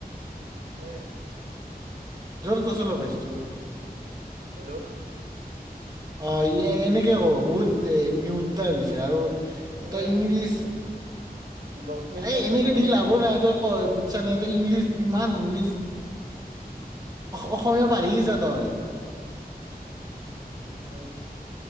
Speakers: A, on the right; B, on the right.
A: হে
B: জল কচল ভাইছ তো
A: হেল্ল'
B: অ ই এনেকে কব বহুত এ মিউাইিছে আৰু
A: কেলা
B: এ তই ইংলিছ
A: দহ মিনিট
B: এই
A: মান
B: এনেকে
A: যাব লাগে
B: দি লাভ
A: নে?
B: নাই তই কয় বুজছা নাই তই ইংলিছ ইমান ইংলিছ অসমীয়া পঢিছা তই
A: আহ